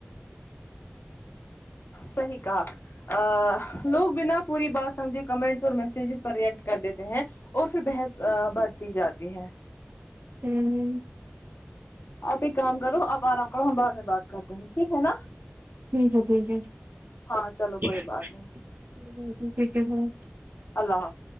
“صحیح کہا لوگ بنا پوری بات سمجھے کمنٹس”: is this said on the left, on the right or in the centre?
Left